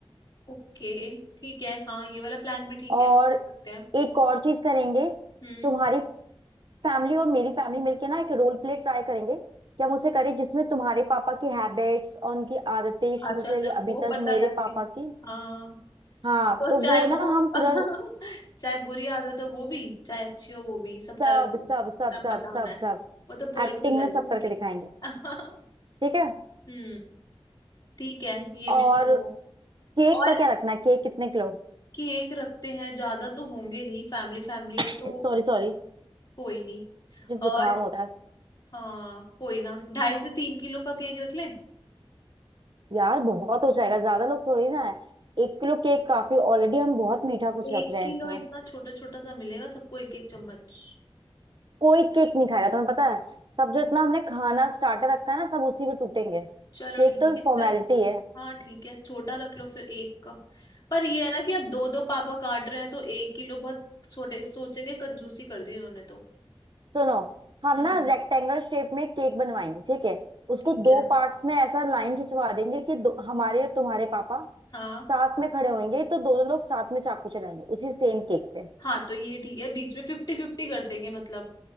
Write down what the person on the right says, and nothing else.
और
एक और चीज करेंगे
तुम्हारी फैमिली और मेरी फैमिली मिलके ना एक रोल प्ले ट्राई करेंगे कि हम उसे करें जिसमें तुम्हारे पापा की हैबिट्स और उनकी आदतें
शुरू से लेके
अभी
तक
मेरे
पापा की
हाँ
तो
वो
ना हम पूरा
सब
सब सब
सब
सब
सब
एक्टिंग
में सब
करके दिखाएंगे
ठीक है
और
केक
का क्या रखना है केक कितने किलो
सॉरी
सॉरी
मुझे जुकाम
हो रहा है
यार बहुत हो जाएगा ज्यादा लोग थोड़ी ना है एक किलो केक काफी ऑलरेडी हम बहुत मीठा कुछ रख
रहे
हैं इसमें
कोई केक नहीं खाएगा तुम्हें पता है सब जो इतना हमने खाना स्टार्टर रखा है ना सब उसी पे टूटेंगे
केक
तो
फॉर्मेलिटी
है
सुनो हम
ना रेक्टेंगल शेप में केक बनवाएंगे ठीक है उसको
दो
पार्ट्स में ऐसा लाइन खिंचवा देंगे कि दो, हमारे और तुम्हारे पापा
साथ में खड़े होंगे तो दोनों लोग साथ में चाकू चलाएंगे उसी सेम केक पे